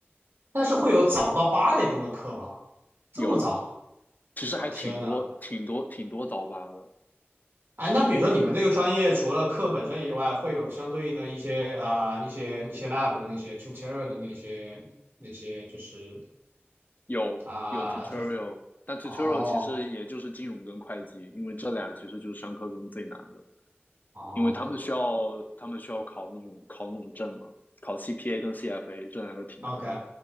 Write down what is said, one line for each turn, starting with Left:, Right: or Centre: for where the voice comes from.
Right: 但是会有早到八点钟的课吗？这么早？
Left: 有，其实还挺多挺多挺多早八的，
Right: 我天呐！哎，那比如说你们这个专业除了课本身以外，会有相对应的一些啊、一些一些 lab 的那些 tutorial 的那些那些就是
Left: 有有
Right: 啊、
Left: tutorial，
Right: 叫
Left: 但 tutorial
Right: 哦
Left: 其实也就是金融跟会计，因为这俩其实就是上课中最难的。
Right: 哦，
Left: 因为他们需要他们需要考那种考那种证嘛，考 CPA 跟 CFA 这两个挺难的，
Right: OK，